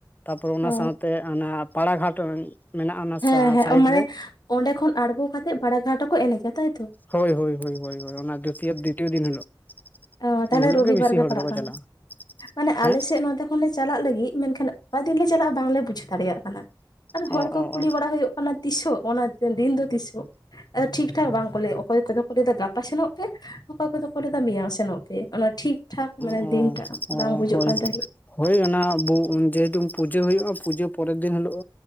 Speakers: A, on the left; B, on the left.
A: ᱛᱟᱯᱚᱨᱮ ᱚᱱᱟ
B: ᱚ
A: ᱥᱟᱶᱛᱮ ᱚᱱᱟ ᱯᱟᱲᱟᱜᱷᱟᱴ ᱢᱮᱱᱟᱜᱼᱟ ᱚᱱᱟ
B: ᱦᱮᱸ ᱦᱮᱸ
A: ᱥᱟᱭᱤᱰ
B: ᱢᱟᱱᱮ
A: ᱨᱮ
B: ᱚᱸᱰᱮ ᱠᱷᱚᱱ ᱟᱬᱜᱚ ᱠᱟᱛᱮᱜ ᱵᱟᱲᱟ ᱜᱷᱟᱴ ᱨᱮᱠᱚ ᱮᱱᱮᱡᱟ ᱛᱟᱭᱛᱚ
A: ᱦᱳᱭ ᱦᱳᱭ ᱦᱳᱭ ᱦᱳᱭ ᱦᱳᱭ ᱚᱱᱟ ᱫᱤᱛᱤᱭᱚ ᱫᱤᱛᱤᱭᱚ ᱫᱤᱱ ᱦᱤᱞᱳᱜ
B: ᱚ, ᱛᱟᱦᱞᱮ
A: ᱩᱱ ᱦᱤᱞᱳᱜ
B: ᱨᱚᱵᱤ
A: ᱵᱮᱥᱤ
B: ᱵᱟᱨ ᱜᱮ
A: ᱦᱚᱲ
B: ᱯᱟᱲᱟᱜ
A: ᱫᱚᱠᱚ ᱪᱟᱞᱟᱜᱼᱟ
B: ᱠᱟᱱᱟ ᱢᱟᱱᱮ ᱟᱞᱮ
A: ᱦᱮᱸ
B: ᱥᱮᱜ ᱱᱚᱛᱮ ᱠᱷᱚᱱ ᱠᱷᱚᱱ ᱞᱮ ᱪᱟᱞᱟᱜ ᱞᱟᱹᱜᱤᱜ ᱢᱮᱱᱠᱷᱟᱱ ᱚᱠᱟ ᱫᱤᱱ ᱞᱮ ᱪᱟᱞᱟᱜᱼᱟ ᱵᱟᱝᱞᱮ ᱵᱩᱡᱽ ᱫᱟᱲᱮᱭᱟᱜ ᱠᱟᱱᱟ, ᱟᱨ
A: ᱚ
B: ᱦᱚᱲ ᱠᱚ
A: ᱚ
B: ᱠᱩᱞᱤ
A: ᱚ
B: ᱵᱟᱲᱟ ᱦᱩᱭᱩᱜ ᱠᱟᱱᱟ ᱚᱱᱟ ᱛᱤᱥᱚᱜ ᱚᱱᱟ ᱫᱤᱱ ᱫᱚ ᱛᱤᱥᱚᱜ ᱟ. ᱴᱷᱤᱠ ᱴᱷᱟᱠ ᱵᱟᱝᱠᱚ ᱞᱟᱹᱭᱟ ᱚᱠᱚᱭ ᱠᱚᱫᱚ ᱠᱚ ᱞᱟᱹᱭᱫᱟ ᱜᱟᱯᱟ ᱥᱮᱱᱚᱜ ᱯᱮ ᱚᱠᱚᱭ ᱠᱚᱫᱚ ᱠᱚ ᱞᱟᱹᱭᱫᱟ ᱢᱮᱭᱟᱝ ᱥᱮᱱᱚᱜ ᱯᱮ ᱚᱱᱟ ᱴᱷᱤᱠ ᱴᱷᱟᱠ ᱢᱟᱱᱮ
A: ᱚ
B: ᱫᱤᱱ ᱴᱟᱜ ᱵᱟᱝ
A: ᱚ
B: ᱵᱩᱡᱩᱜ
A: ᱦᱳᱭ
B: ᱠᱟᱱ ᱛᱟᱦᱮᱸᱜ
A: ᱦᱳᱭ ᱚᱱᱟ ᱵᱚ ᱡᱮᱦᱮᱛᱩ ᱯᱩᱡᱟᱹ ᱦᱩᱭᱩᱜᱼᱟ ᱯᱩᱡᱟᱹ ᱯᱚᱨᱮᱨ ᱫᱤᱱ ᱦᱤᱞᱳᱜ